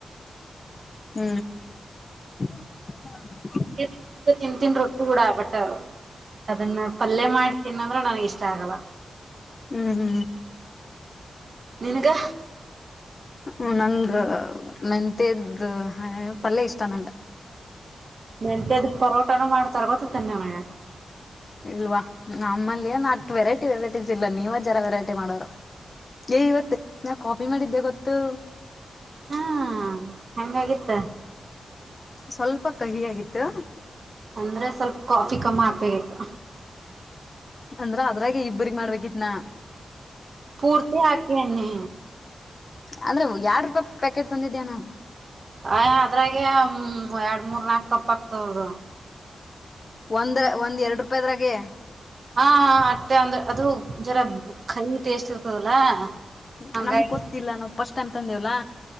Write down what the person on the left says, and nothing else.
ಟಕ್ ಹು
ಹು ಹು
ಹು ನಂಗ ಹೇಯ್ ಮೆಂತ್ಯದು ಪಲ್ಯ ಇಷ್ಟ ನಂಗ
ಇಲ್ವಾ ನಮ್ಮಲ್ಲಿ ಎನ ಅಷ್ಟ ವೆರೈಟಿ ವೆರೈಟೀಸ್ ಇಲ್ಲ ನೀವ ಜರ ವೆರೈಟಿ ಮಾಡೋರು ಏ ಇವತ್ತು ನಾ ಕಾಫಿ ಮಾಡಿದ್ದೆ ಗೊತ್ತು
ಸ್ವಲ್ಪ ಕಹಿಯಾಗಿತ್ತು
ಅಂದ್ರ ಅದ್ರಾಗೆ ಇಬ್ಬರಗ್ ಮಾಡ್ಬೇಕಿತ್ನಾ
ಅಂದ್ರೆ ಯಾಡ್ರ ರೂಪಾಯಿ ಪ್ಯಾಕೆಟ್ ತಂದಿದ್ಯಾ ನಾ
ಒಂದ್ರ ಒಂದ್ ಎರಡು ರೂಪಾಯದ್ರಾಗೆ
ಪ್ಚ್
ನಮಗ ಗೊತ್ತಿಲ್ಲ ನಾವು ಫಸ್ಟ್ ಟೈಮ್ ತಂದೇವಲ್ಲಾ